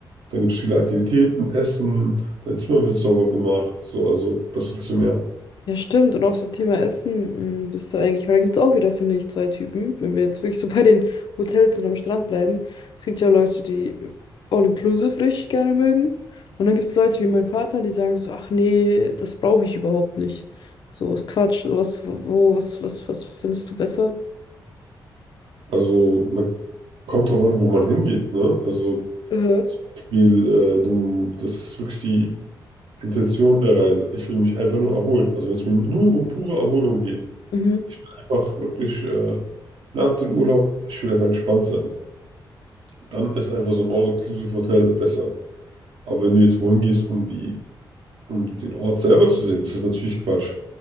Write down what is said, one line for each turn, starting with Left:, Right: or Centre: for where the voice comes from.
Right: dann gibt es viele Aktivitäten, Essen, dein Zimmer wird sauber gemacht. So, also was willst du mehr?
Left: Ja, stimmt. Und auch so Thema Essen, mh, bist du eigentlich, weil da gibt es auch wieder, finde ich, zwei Typen. Wenn wir jetzt wirklich so <laughs> bei den Hotels und am Strand bleiben. Es gibt ja Leute, die All-Inclusive richtig gerne mögen. Und dann gibt es Leute wie mein Vater, die sagen so, ach nee, das brauche ich überhaupt nicht. So, ist Quatsch. So, was, wo, was, was, was findest du besser?
Right: Also man kommt drauf an, wo man hingeht, ne? Also
Left: Mhm.
Right: Spiel, äh, du, das ist wirklich die Intention der Reise. Ich will mich einfach nur erholen. Also wenn es mir nur um pure Erholung geht,
Left: Mhm.
Right: ich will einfach wirklich äh, nach dem Urlaub, ich will einfach entspannt sein. Dann ist einfach so ein All-Inclusive-Hotel besser. Aber wenn du jetzt wohin gehst, um die um den Ort selber zu sehen, ist das natürlich Quatsch.